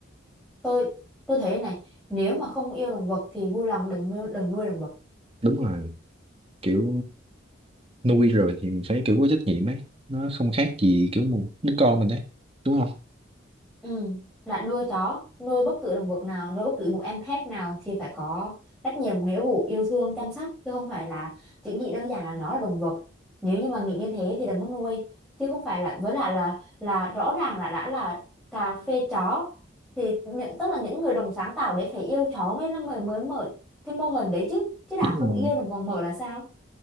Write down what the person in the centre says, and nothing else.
tôi tôi thấy này nếu mà không yêu động vật thì vui lòng đừng nuôi đừng nuôi động vật
Ừ. Bạn nuôi chó, nuôi bất cứ động vật nào, nuôi bất cứ một em pet nào thì phải có trách nhiệm, nghĩa vụ, yêu thương, chăm sóc chứ không phải là chỉ nghĩ đơn giản là nó là động vật. Nếu như mà nghĩ như thế thì đừng có nuôi chứ không phải là với lại là là rõ ràng là đã là cà phê chó thì những tức là những người đồng sáng tạo đấy phải yêu chó mới mới mới mở cái mô hình đấy chứ chứ đã
không
yêu đồng còn mở là sao?